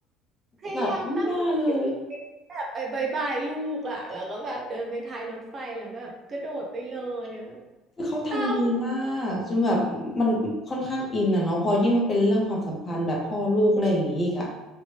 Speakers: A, on the right; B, on the left.
A: พยายามตั้งสติสุดฤทธิ์แบบไปบายบายลูกอ่ะแล้วก็แบบเดินไปท้ายรถไฟแล้วแบบกระโดดไปเลยอะ
B: แบบไม่น่าเลยคือเขาทำดีมากจนแบบมันค่อนข้างอินอ่ะเนาะพอยิ่งมันเป็นเรื่องความสัมพันธ์แบบพ่อลูกอะไรอย่างงี้อีกอ่ะ
A: เศร้า